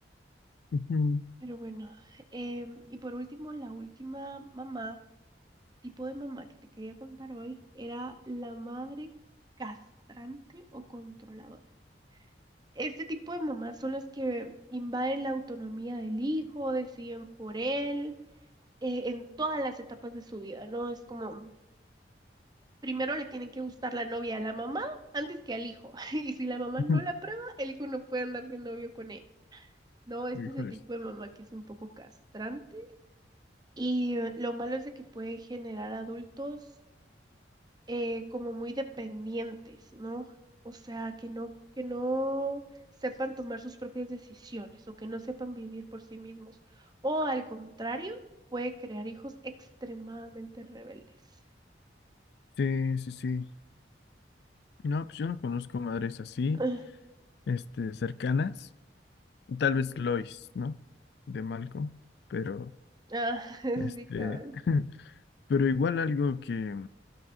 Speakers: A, on the left; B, on the right.
A: ujú,
B: Pero bueno, em, y por último, la última mamá. tipo de mamá que te quería contar hoy era la madre castrante o controladora. Este tipo de mamás son las que invaden la autonomía del hijo, deciden por él, eh, en todas las etapas de su vida, ¿no? Es como, primero le tiene que gustar la novia a la mamá antes que al hijo. <laughs> Y si la mamá
A: ujú.
B: no la prueba, el hijo no puede andar de novio con él. No, este
A: Híjoles.
B: es el tipo de mamá que es un poco castrante. Y eh, lo malo es de que puede generar adultos eh, como muy dependientes, ¿no? O sea, que no, que no sepan tomar sus propias decisiones o que no sepan vivir por sí mismos. O al contrario, puede crear hijos extremadamente rebeldes.
A: Sí, sí, sí. No, pues yo no conozco madres así,
B: <clears throat>
A: este, cercanas. Tal
B: Ah,
A: vez
B: Ujú.
A: Lois, ¿no? De Malcolm, pero,
B: Ah, <laughs> sí,
A: este,
B: cabal.
A: <laughs> pero igual algo que,